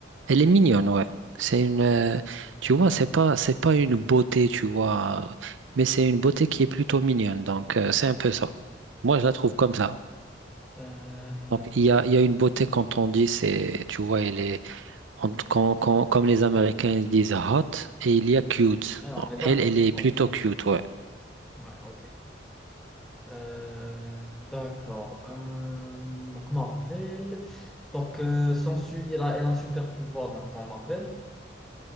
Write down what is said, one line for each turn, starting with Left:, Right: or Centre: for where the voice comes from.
Right: Elle est mignonne, ouais. C'est une, euh, tu vois, c'est pas, c'est pas une beauté, tu vois, euh, mais c'est une beauté qui est plutôt mignonne. Donc euh, c'est un peu ça. Moi, je la trouve comme ça.
Centre: Euh,
Right: Donc, il y a, il y a une beauté quand on dit, c'est, tu vois, elle est, on- quand, quand- comme les Américains ils disent hot, et il y a cute.
Centre: ouais, on
Right: Donc,
Centre: est d'accord.
Right: elle, elle est
Centre: Ouais.
Right: plutôt cute, ouais.
Centre: Ouais, ok. Euh, d'accord. Euh, donc Marvel. Donc, euh, son su- il a, elle a un super pouvoir donc, dans Marvel.